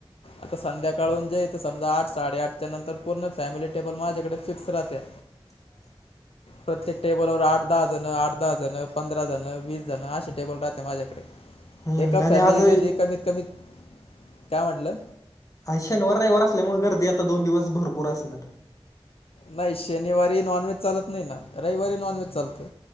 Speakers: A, on the left (about 65°); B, on the left (about 30°).
A: आता संध्याकाळून जे इथ समजा आठ साडेआठच्या नंतर पूर्ण फॅमिली टेबल माझ्याकडे फिक्स राहत्या.
B: <inaudible>
A: प्रत्येक टेबलवर आठ दहा जण आठ दहा जण पंधरा जण वीस जण असे टेबल राहते माझ्याकडे.
B: <inaudible>
A: एका
B: आणि
A: फॅमिलीमध्ये
B: आज
A: कमीत कमीत काय म्हटलं
B: आणि शनिवार रविवार असल्यामुळ गर्दी आता दोन दिवस भरपूर असणार.
A: नाही शनिवारी नॉनव्हेज चालत नाही ना रविवारी नॉनव्हेज चालतय.